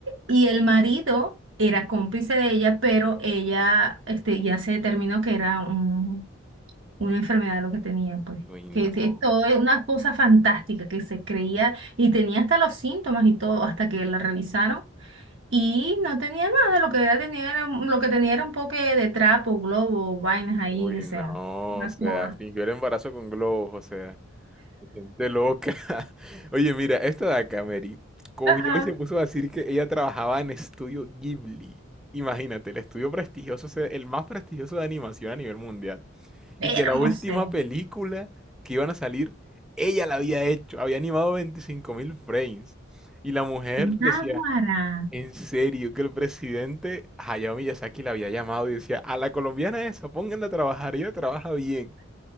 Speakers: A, on the right; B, in the centre.
A: y el marido era cómplice de ella, pero ella este, ya se determinó que era un una enfermedad lo que tenía, pues.
B: Uy, no.
A: Que es es todo es una cosa fantástica que se creía y tenía hasta los síntomas y todo, hasta que la revisaron y no tenía nada, lo que era, tenía era un- lo que tenía era un poco de trapo, globo, vainas ahí,
B: Uy,
A: o sea,
B: no,
A: una
B: o sea,
A: coa.
B: fingió el embarazo con globos, o sea, hay gente loca. <laughs> Oye, mira, esta de acá, Mary, cogió
A: Ajá.
B: y se puso a decir que ella trabajaba en Estudio Ghibli. Imagínate, el estudio prestigioso, o sea, el más prestigioso de animación a nivel mundial. Y
A: Hermosa.
B: que la última película que iban a salir, ella la había hecho, había animado 25.000 frames. Y la mujer decía,
A: Náguara.
B: en serio, que el presidente Hayao Miyazaki la había llamado y decía, a la colombiana esa, pónganla a trabajar, ella trabaja bien.